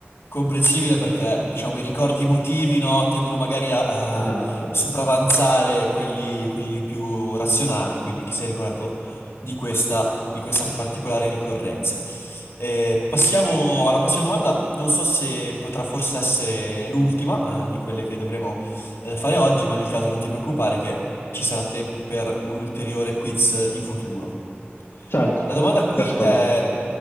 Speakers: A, on the left; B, on the left.
A: comprensibile perché, diciamo, i ricordi emotivi, no, tendono magari a,
B: Esatto.
A: a sopravanzare quelli, quelli più razionali, quindi ti sei ricordato di questa, di questa particolare ricorrenza. Eh, passiamo alla prossima domanda, non so se potrà forse essere l'ultima, eh, di quelle che dovremo, eh, fare oggi, ma nel caso non ti preoccupare che ci sarà tempo per un ulteriore quiz in futuro.
B: Certo,
A: La domanda qui
B: ti ascolto.
A: è,